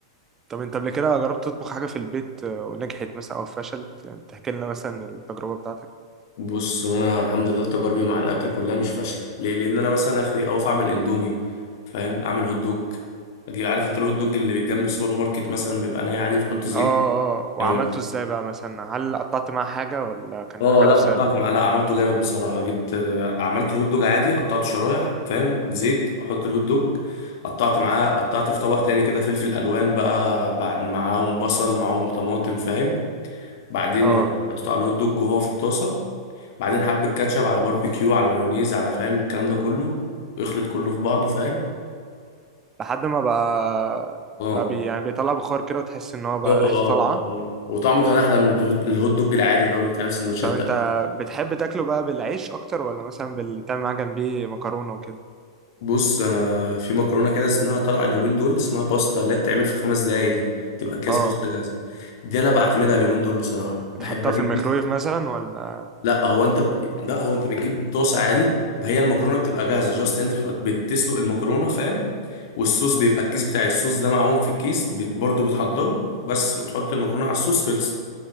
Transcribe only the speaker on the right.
طب انت قبل كده جربت تطبخ حاجة في البيت آه، ونجحت مثلا او فشلت يعني تحكي لنا مثلا التجربة بتاعتك
اه اه وعملته
ازاي بقى مثلا هل قطعت معاه حاجة ولا كان
اكلته
سادة
كده
اه
لحد ما بقى
بقى بي يعني بيطلع بخار كده وتحس ان هو بقى
ريحته طالعة
طب انت
بتحب تاكله بقى بالعيش اكتر ولا مثلا بال- تعمل معاه جنبيه مكرونة وكده
اه
بتحطها
في الميكرويف
مثلا ولا